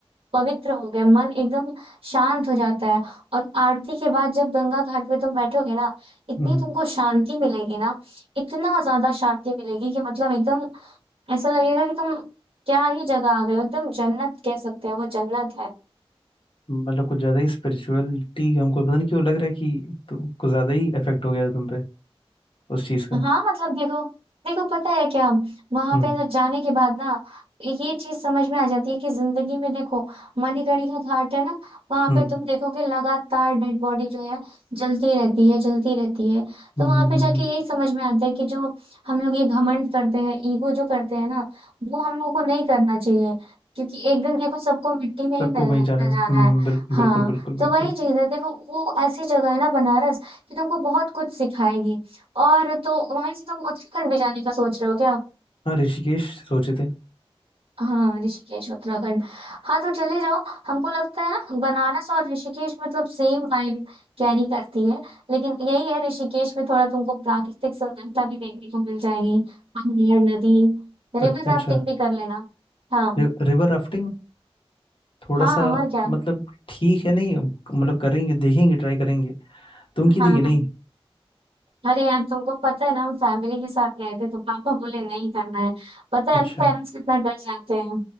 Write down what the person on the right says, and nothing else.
पवित्र हो गया मन एकदम शांत हो जाता है और आरती के बाद जब गंगा घाट पे तुम बैठोगे ना इतनी
तुमको शांति मिलेगी ना इतना ज्यादा शांति मिलेगी कि मतलब एकदम ऐसा लगेगा कि तुम क्या ही जगह आ गए हो एकदम जन्नत कह सकते हैं वो जन्नत है
हाँ मतलब देखो देखो पता है क्या वहां
पे ना जाने के बाद ना ये चीज समझ में आ जाती है कि जिंदगी में देखो मणिकर्णिका घाट है ना वहां
पे तुम देखोगे लगातार डेड बॉडी जो है जलती रहती है जलती रहती है तो
वहां
पे
जाके
यही समझ में आता है कि जो हम लोग ये घमंड करते हैं ईगो जो करते हैं ना वो हम लोगों को नहीं करना चाहिए क्योंकि एक दिन देखो सबको मिट्टी में ही
मिलना
मिल
जाना
है
हाँ
तो वही चीज है देखो वो ऐसी जगह है ना बनारस कि तुमको बहुत कुछ सिखाएगी और तो वहां से तुम उत्तराखंड भी जाने का सोच रहे हो क्या
हाँ ऋषिकेश उत्तराखंड हाँ तो चले जाओ हमको लगता है ना बनारस और ऋषिकेश मतलब सेम वाइब कैरी करती है लेकिन यही है ऋषिकेश में थोड़ा तुमको प्राकृतिक सुंदरता भी देखने को मिल जाएगी पहाड़ नदी रिवर
राफ्टिंग
भी कर लेना हाँ
हाँ
और क्या
हाँ
हाँ अरे यार तुमको पता है ना हम फैमिली के साथ गए थे तो पापा बोले नहीं करना है पता
है ना पेरेंट्स कितना डर जाते हैं